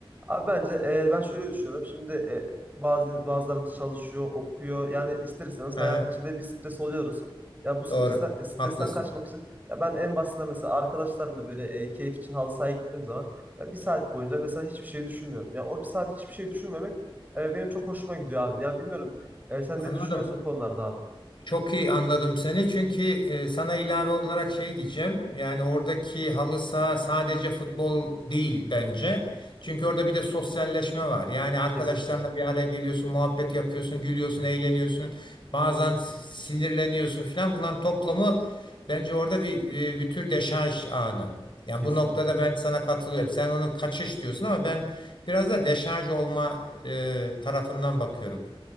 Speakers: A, on the right; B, on the left.
A: Abi bence e, ben şöyle düşünüyorum. Şimdi e, bazı bazılarımız çalışıyor, okuyor. Yani ister istemez
B: Aha,
A: hayatın içinde bir stres oluyoruz. Ya bu stresten,
B: doğru.
A: stresten
B: Haklısın.
A: kaçmak için ya ben en basitinden mesela arkadaşlarımla böyle e, keyif için halı sahaya gittiğim zaman ya bir saat boyunca mesela hiçbir şey düşünmüyorum. Ya o bir saat hiçbir şey düşünmemek e, benim çok hoşuma gidiyor abi. Yani bilmiyorum e, sen
B: Anladım.
A: ne düşünüyorsun bu konularda abi?
B: Çok iyi anladım seni çünkü e, sana ilave olarak şey diyeceğim. Yani oradaki halı saha sadece futbol değil bence. Çünkü orada bir de sosyalleşme var. Yani arkadaşlarınla
A: Kesinlikle.
B: bir araya geliyorsun, muhabbet yapıyorsun, gülüyorsun,
A: Hı hı.
B: eğleniyorsun. Bazen s- sinirleniyorsun falan Bunların toplamı bence orada bir e, bir tür deşarj anı. Yani
A: Kesinlikle.
B: bu noktada ben sana katılıyorum. Sen onu kaçış diyorsun ama ben biraz da deşarj olma e, tarafından bakıyorum.